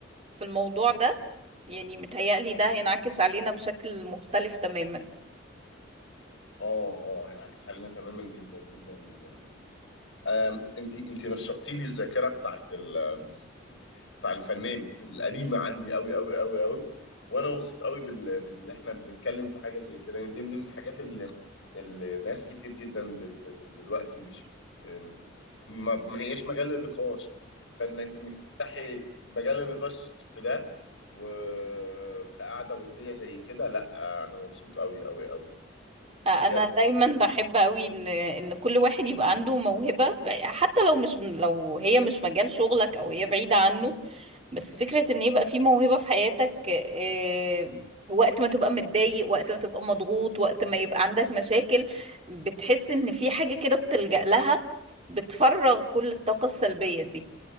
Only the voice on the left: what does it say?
اه اه هينعكس علينا تماما جدا جدا جدا جدا آم، انت انت نشطتي لي الذاكره بتاعت ال بتاع الفنان القديمه عندي قوي قوي قوي قوي وانا مبسوط قوي بال... بان احنا بنتكلم في حاجه زي كده يعني دي من ضمن الحاجات اللي, اللي ناس كتير جدا بت... بت... دلوقتي مش بت... ما... ما هياش مجال للنقاش فانك انك تفتحي مجال للنقاش في ده وفي قعده وديه زي كده لا انا مبسوط قوي قوي قوي
بجد